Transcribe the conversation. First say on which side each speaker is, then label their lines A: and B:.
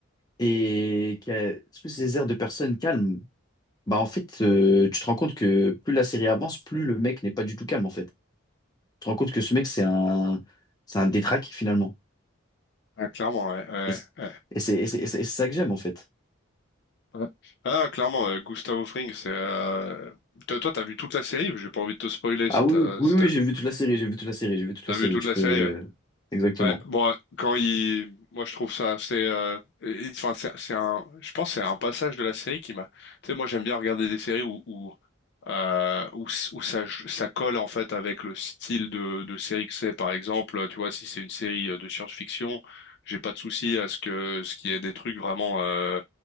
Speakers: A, on the left; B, on the left.
A: et que- sous ces airs de personnes calmes, bah en fait, euh, tu te rends compte que plus la série avance, plus le mec n'est pas du tout calme en fait. Tu te rends compte que ce mec, c'est un, c'est un détraqué finalement.
B: Ah, clairement, ouais, ouais,
A: Et c'est
B: ouais.
A: et c'est- et c'est- et c'est- et c'est ça que j'aime en fait.
B: Ouais. Ah, clairement, euh, Gustavo Fring, c'est. euh, Toi, toi, t'as vu toute la série? J'ai pas envie de te spoiler
A: Ah
B: si
A: oui,
B: t'as
A: oui, oui,
B: si
A: oui,
B: t'as vu.
A: j'ai vu toute la série, j'ai vu toute la série, j'ai vu toute
B: T'as
A: la série.
B: vu toute
A: Tu
B: la
A: peux.
B: série? ouais.
A: Exactement.
B: Ouais, bon, quand il, moi je trouve ça assez, euh, et- enfin c'est c'est un, je pense que c'est un passage de la série qui m'a, tu sais, moi j'aime bien regarder des séries où où euh, où, s- où ça j- ça colle en fait avec le style de de série que c'est. Par exemple, tu vois, si c'est une série euh, de science-fiction, j'ai pas de souci à ce que ce qu'il y ait des trucs vraiment euh,